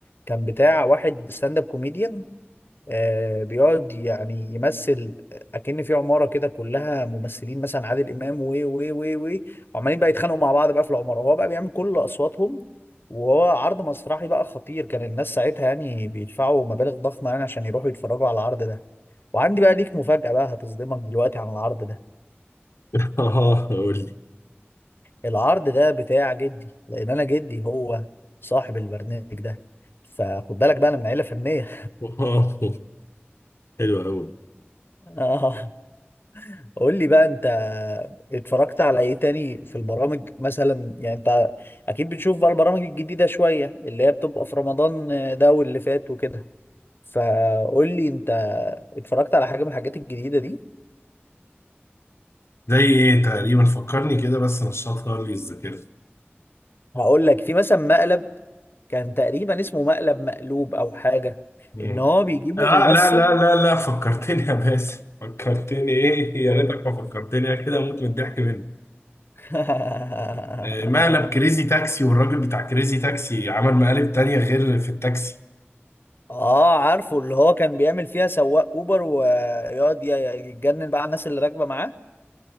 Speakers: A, on the left (about 55°); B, on the left (about 80°).
A: كان بتاع واحد ستاند اب كوميديان آه، بيقعد يعني يمثل اكن في عماره كده كلها ممثلين مثلا عادل امام و و و و وعمالين بقى يتخانقوا مع بعض بقى في العماره وهو بقى بيعمل كل اصواتهم وهو عرض مسرحي بقى خطير كان الناس ساعتها يعني بيدفعوا مبالغ ضخمه يعني عشان يروحوا يتفرجوا على العرض ده وعندي بقى ليك مفاجاه بقى هتصدمك دلوقتي عن العرض ده
B: <laughs> اه قول لي
A: العرض ده بتاع جدي لان انا جدي هو صاحب البرنامج ده فخد بالك بقى انا من عيله فنيه
B: <laughs> اه حلو قوي
A: <laughs> قول لي بقى انت اتفرجت على ايه تاني في البرامج مثلا يعني انت اكيد بتشوف بقى البرامج الجديدة شوية اللي هي بتبقى في رمضان ده واللي فات وكده فقول لي انت اتفرجت على حاجة من الحاجات الجديدة دي
B: زي ايه تقريبا فكرني كده بس نشطها لي الذاكرة
A: هقول لك في مثلا مقلب كان تقريبا اسمه مقلب مقلوب او حاجة
B: مم.
A: ان هو بيجيبوا
B: اه
A: ممثل
B: لا لا لا لا فكرتني يا باسم فكرتني ايه يا
A: قول
B: ريتك
A: لي.
B: ما فكرتني انا كده اموت من الضحك منك
A: <laughs>
B: آه، مقلب كريزي تاكسي والراجل بتاع كريزي تاكسي عمل مقالب تانية غير في التاكسي
A: اه عارفه اللي هو كان بيعمل فيها سواق اوبر ويقعد ي- يتجنن بقى على الناس اللي راكبة معاه